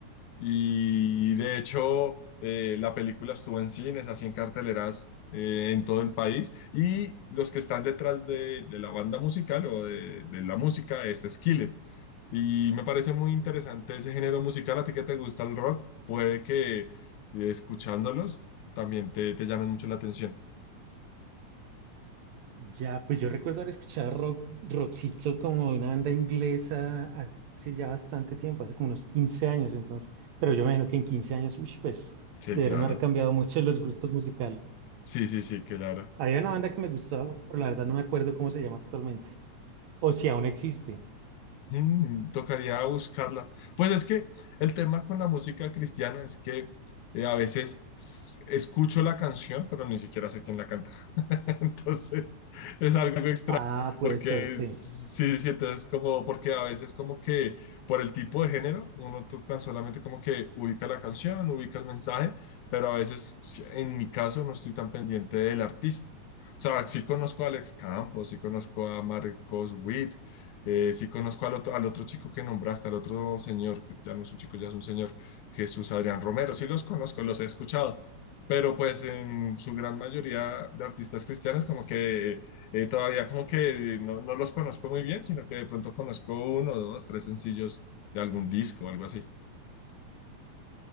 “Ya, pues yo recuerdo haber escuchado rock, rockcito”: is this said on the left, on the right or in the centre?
Right